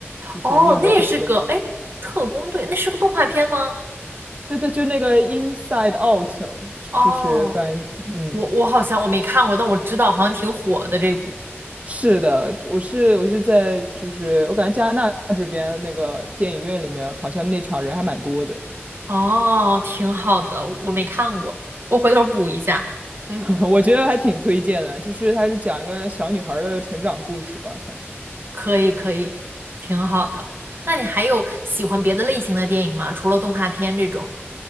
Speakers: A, on the right; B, on the right.
A: 就是你有没有听说？
B: 哦，那也是个，哎，特工队，那是个动画片吗？
A: 对对，就那个《Inside Out》，
B: 哦。
A: 就是翻译，嗯，
B: 我我好像我没看过，但我知道好像挺火的这部。
A: 是的，我是我是在就是我感觉加拿大这边那个电影院里面，好像那场人还蛮多的。
B: 哦，挺好的，我没看过，我回头补一下。嗯，
A: <laughs> 我觉得还挺推荐的，就是它是讲一个小女孩儿的成长故事吧，算是。
B: 可以可以，挺好的。那你还有喜欢别的类型的电影吗？除了动画片这种？